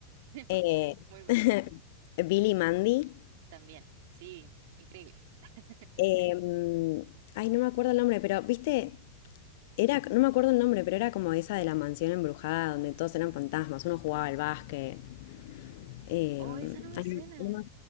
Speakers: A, on the right; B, on the left.
A: <laughs>
B: Eh,
A: Muy buena.
B: <laughs> Billy Mandy.
A: También, sí, increíbles. <laughs>
B: Em, ay, no me acuerdo el nombre, pero ¿viste? Era, no me acuerdo el nombre, pero era como esa de la mansión embrujada donde todos eran fantasmas, uno jugaba al básquet. eh,
A: Oh, esa no me
B: ay,
A: suena.
B: Sí. no me,